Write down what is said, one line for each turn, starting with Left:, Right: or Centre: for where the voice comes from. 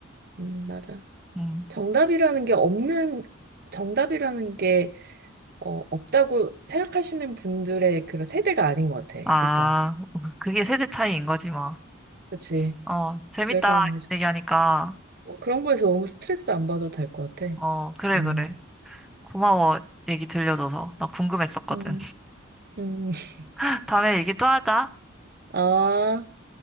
Right: 음, 맞아.
Centre: 음.
Right: 정답이라는 게 없는, 정답이라는 게 어, 없다고 생각하시는 분들의 그런 세대가 아닌 것 같아,
Centre: 아,
Right: 일단.
Centre: 그게 세대 차이인 거지, 뭐.
Right: 그치.
Centre: 어, 재밌다.
Right: 그래서 뭐
Centre: 얘기하니까.
Right: 어, 그런 거에서 너무 스트레스 안 받아도 될 것 같아.
Centre: 어, 그래,
Right: 음,
Centre: 그래. 고마워. 얘기 들려줘서. 나 궁금했었거든.
Right: 음, 음. <laughs>
Centre: <laughs> 다음에 얘기 또 하자.
Right: 아,